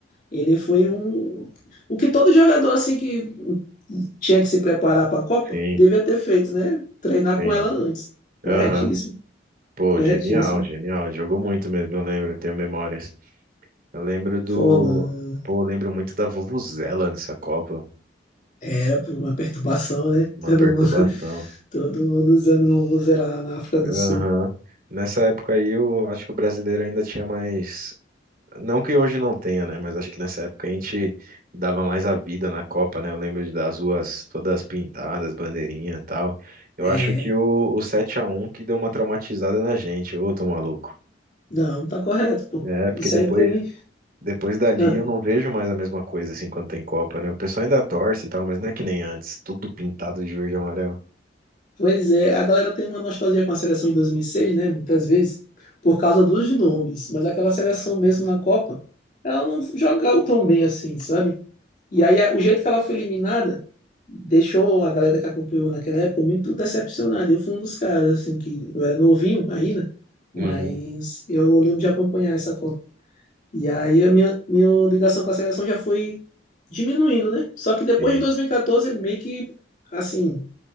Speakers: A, on the left (about 40°); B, on the right (about 50°).
A: Ele foi um. O que todo jogador assim que tinha que se preparar para a Copa
B: sim,
A: devia ter feito, né? Treinar
B: sim.
A: com ela antes. Corretíssimo,
B: Aham. Pô,
A: corretíssimo.
B: genial, genial. Jogou muito mesmo, eu lembro, eu tenho memórias. Eu lembro do.
A: Forlan
B: Pô, eu lembro muito da Vuvuzela nessa Copa.
A: era por uma perturbação, né?
B: Uma
A: Todo
B: perturbação.
A: mundo, <laughs> todo mundo usando o Vuvuzela lá na África do
B: Aham.
A: Sul.
B: Nessa época aí, eu acho que o brasileiro ainda tinha mais. Não que hoje não tenha, né? Mas acho que nessa época a gente dava mais a vida na Copa, né? Eu lembro de das ruas todas pintadas, bandeirinha e tal. Eu
A: É,
B: acho que o, o sete a um que deu uma traumatizada na gente. Ô, tô maluco.
A: não, tá correto, pô.
B: É, porque
A: Isso
B: depois
A: aí pra mim.
B: Depois dali
A: Ah,
B: eu não vejo mais a mesma coisa assim quando tem Copa, né? O pessoal ainda torce e tal, mas não é que nem antes, tudo pintado de verde e amarelo.
A: Pois é, a galera tem uma nostalgia com a seleção de 2006, né? Muitas vezes, por causa dos nomes, mas aquela seleção mesmo na Copa, ela não jogava tão bem assim, sabe? E aí a- o jeito que ela foi eliminada deixou a galera que acompanhou naquela época muito decepcionada. Eu fui um dos caras, assim, que eu era novinho ainda, mas
B: Uhum,
A: eu lembro de acompanhar essa Copa. E aí a minha, minha ligação com a seleção já foi diminuindo, né? Só que depois
B: sim.
A: de 2014, ele meio que, assim